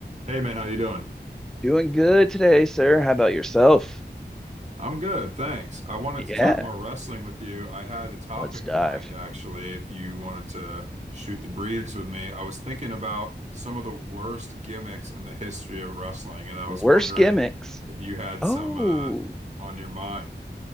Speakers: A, on the right; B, in the centre.
A: Hey man, how you doing?
B: Doing good today, sir. How about yourself?
A: I'm good, thanks. I wanted
B: Yeah,
A: to talk more wrestling with you. I had a topic
B: let's dive.
A: in mind actually, if you wanted to shoot the breeze with me. I was thinking about some of the worst gimmicks in the history of wrestling, and I
B: Worst
A: was wondering
B: gimmicks.
A: if you had
B: Oh,
A: some uh on your mind.